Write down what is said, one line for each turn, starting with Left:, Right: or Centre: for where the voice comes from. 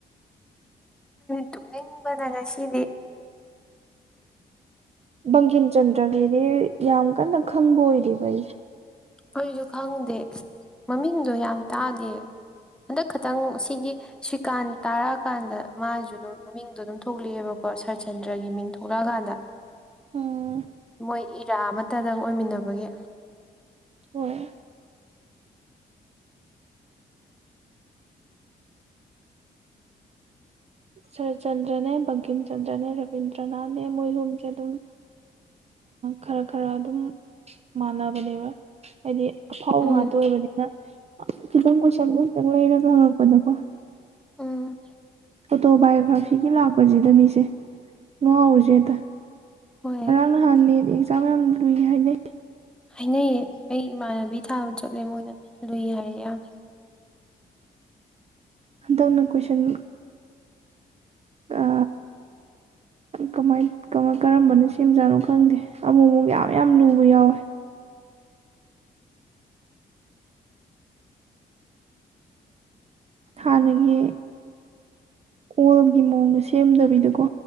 Centre: ꯇꯣꯛꯅꯤꯡꯕꯗ ꯉꯁꯤꯗꯤ
Right: ꯕꯪꯒꯤꯡ ꯆꯟꯗ꯭ꯔꯒꯤꯗꯤ ꯌꯥꯝ ꯀꯟꯅ ꯈꯪꯕ ꯑꯣꯏꯔꯤꯕ ꯑꯩ
Centre: ꯑꯩꯁꯨ ꯈꯪꯗꯦ ꯃꯃꯤꯡꯗꯣ ꯌꯥꯝ ꯇꯥꯗꯦ ꯍꯟꯗꯛ ꯈꯇꯪ ꯁꯤꯒꯤ ꯁ꯭ꯔꯤꯀꯥꯟ ꯇꯥꯔꯛꯑꯀꯥꯟꯗ ꯃꯥꯁꯨ ꯑꯗꯨꯝ ꯃꯃꯤꯡꯗꯣ ꯑꯗꯨꯝ ꯊꯣꯛꯂꯛꯑꯦꯕꯀꯣ ꯁꯔꯠꯆꯟꯗ꯭ꯔꯒꯤ ꯃꯤꯡ ꯊꯣꯛꯂꯛꯑꯀꯥꯟꯗ
Right: ꯎꯝ
Centre: ꯃꯣꯏ ꯏꯔꯥ ꯑꯃꯇꯗꯪ ꯑꯣꯏꯃꯤꯟꯅꯕꯒꯤ
Right: ꯍꯣꯏ ꯁꯔꯠꯆꯟꯗ꯭ꯔꯅꯦ ꯕꯪꯀꯤꯝ ꯆꯟꯗ꯭ꯔꯅꯦ ꯔꯕꯤꯟꯗ꯭ꯔꯅꯥꯠꯅꯦ ꯃꯣꯏꯍꯨꯝꯁꯦ ꯑꯗꯨꯝ ꯈꯔ ꯈꯔ ꯑꯗꯨꯝ ꯃꯥꯟꯅꯕꯅꯦꯕ ꯍꯥꯏꯗꯤ ꯑꯐꯥꯎꯕ
Centre: ꯎꯝ
Right: ꯉꯥꯛꯇ ꯑꯣꯏꯕꯅꯤꯅ ꯈꯤꯇꯪ ꯀꯣꯏꯁꯟꯒ ꯑꯃꯇꯪ ꯂꯩꯔꯒ ꯍꯪꯉꯛꯄꯗꯀꯣ
Centre: ꯎꯝ
Right: ꯑꯣꯇꯣꯕꯥꯏꯌꯑꯣꯒ꯭ꯔꯥꯐꯤꯒꯤ ꯂꯥꯛꯄꯁꯤꯗꯅꯤꯁꯦ ꯉꯉꯥꯎꯔꯨꯁꯦꯗ
Centre: ꯍꯣꯏ
Right: ꯅꯍꯥꯟ ꯅꯠ ꯑꯦꯛꯖꯥꯝ ꯌꯥꯝ ꯂꯨꯏ ꯍꯥꯏꯅ
Centre: ꯍꯥꯏꯅꯩꯌꯦ ꯑꯩ ꯏꯃꯥꯟꯅꯕꯤ ꯊꯥꯕ ꯆꯠꯂꯦ ꯃꯣꯏꯅ ꯂꯨꯏ ꯍꯥꯏꯔꯛꯑꯦ ꯌꯥꯝ
Right: ꯍꯟꯇꯪꯅ ꯀꯣꯏꯁꯟ ꯑ ꯀꯃꯥꯏ ꯀꯃ ꯀꯔꯝꯕꯅ ꯁꯦꯝꯖꯥꯠꯅꯣ ꯈꯪꯗꯦ ꯑꯃꯨꯛ ꯑꯃꯨꯛ ꯌꯥꯝ ꯌꯥꯝ ꯂꯨꯕ ꯌꯥꯎꯋꯦ ꯍꯥꯟꯅꯒꯤ ꯑꯣꯜꯒꯤ ꯃꯑꯣꯡꯗꯣ ꯁꯦꯝꯗꯕꯤꯗꯀꯣ